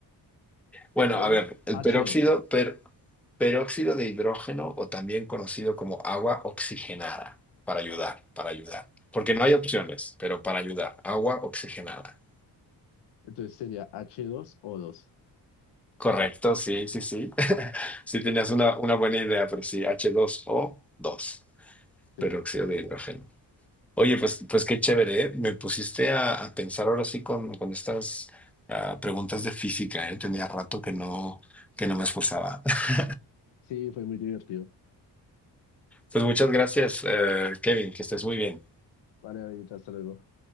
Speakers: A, in the centre; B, on the left.
A: Bueno, a
B: O
A: ver, el
B: h
A: peróxido,
B: dos
A: per- peróxido de hidrógeno o también conocido como agua oxigenada, para ayudar, para ayudar. Porque no hay opciones, pero para ayudar, agua oxigenada.
B: entonces sería h dos o dos
A: Correcto, sí, sí, sí. <laughs> Sí tenías una, una buena idea, pero sí, h dos o dos.
B: Sí,
A: peróxido de hidrógeno. Oye, pues, pues qué chévere, ¿eh? Me pusiste a, a pensar ahora sí con, con estas ah, preguntas de física, ¿eh? Tenía rato que no, que no me esforzaba. <laughs>
B: sí, fue muy divertido.
A: Pues muchas gracias, eh, Kevin, que estés muy bien.
B: Vale, David, hasta luego.